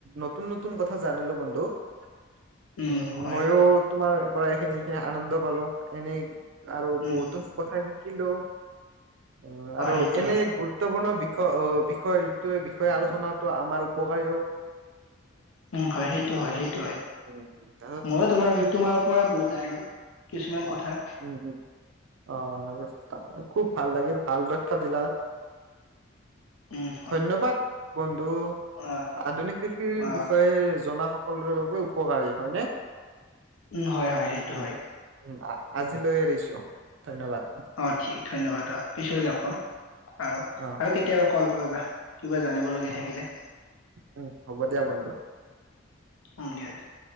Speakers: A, on the right (about 65°); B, on the left (about 80°).
A: নতুন-নতুন কথা জানিলো বন্ধু। <unintelligible>
B: উম', হয়।
A: ময়ো তোমাৰ পৰা এইখিনি আনন্দ পালোঁ, এনেই আৰু
B: উম
A: বহুতো কথা শিকিলো। অ', আৰু
B: সেইটো
A: এনে
B: হয়
A: গুৰুত্বপূৰ্ণ বিষয় আহ', বিষয় এইটো বিষয়ে আলোচনাটো আমাৰ উপকাৰীও
B: উম হয়। সেইটো হয় সেইটো হয়।
A: উম',
B: ময়ো তোমাৰ বি তোমাৰ পৰা বুজাইলো, কিছুমান কথা।
A: উম উম অ', খুব ভাল লাগিল ভাল ৰক্ষা দিলা।
B: উম হয়
A: ধন্যবাদ, বন্ধু,
B: অ
A: আধুনিক কৃষিৰ
B: অ
A: বিষয়ে জনা সকলোৰে লগ উপকাৰী হয়নে।
B: উম, হয় হয় সেইটো হয়।
A: উম, আজিলৈ এৰিছো ধন্যবাদ।
B: অ', ঠিক ধন্যবাদ অ' পিছলৈ লগ পাম আৰু
A: অ
B: আৰু কেতিয়াবা কল কৰিবা। কিবা জানিব লগীয়া
A: অ
B: থাকিলে।
A: উম, হ'ব দিয়া বন্ধু।
B: উম, দিয়া দিয়া।